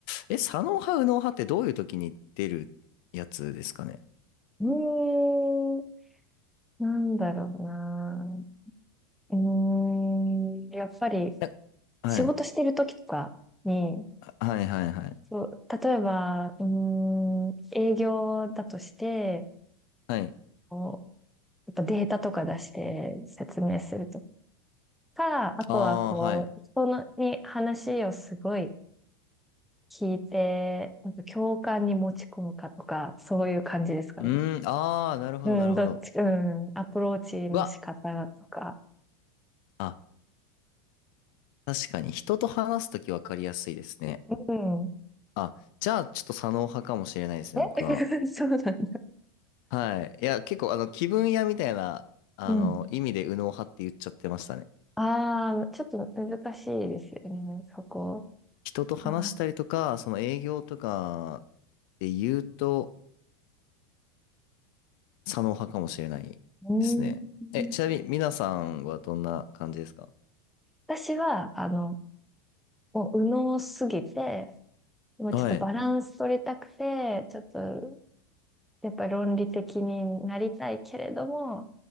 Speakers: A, on the left; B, in the centre.
A: え、左脳派右脳派ってどういう時に出るやつですかね。
B: うーんなんだろうな。うーん、やっぱり
A: えはい、
B: 仕事してる時とかに、
A: はいはいはい。
B: そう、例えば、うーん、営業だとして、
A: はい。
B: こうやっぱデータとか出して説明するとか、あとはこう、
A: ああ、はい。
B: 人のに話をすごい聞いて、なんか共感に持ち込むかとか、そういう感じですかね。
A: うん、ああ、なるほどなるほど。
B: うん、どっち、うん、アプローチの仕方とか。
A: うわ、あ、確かに人と話すとき分かりやすいですね。
B: うん。
A: あ、じゃあちょっと左脳派かもしれないですね、僕は。
B: え <laughs> そうなんだね。
A: はい。いや、結構、あの、気分屋みたいな、あの、
B: うん。
A: 意味で右脳派って言っちゃってましたね。
B: ああ、ちょっと難しいですよね、そこ。
A: 人と話したりとか、
B: あ
A: その営業とかで言うと、左脳派かもしれないですね。
B: ー、うーん。
A: え、ちなみに、皆さんはどんな感じですか
B: 私は、あの、もう右脳すぎて、もうちょっとバランス取りたくて、
A: はい。
B: ちょっと、やっぱり論理的になりたいけれども、